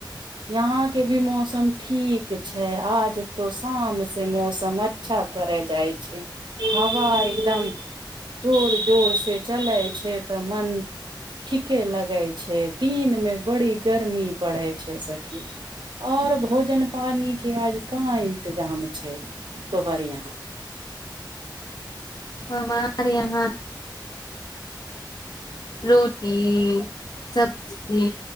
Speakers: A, on the right (about 75°); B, on the left (about 55°).
A: यहां के भी मौसम ठीक छै आज तो शाम से मौसम अच्छा करे जाय छै हवा एकदम जोर जोर से चले छै तऽ मन ठीके लगे छै दिन मे बड़ी गर्मी पड़े छै सखी और भोजन पानी के आज का इन्तजाम छै तोहर यहाँ
B: हमर यहाँ रोटी सब्जी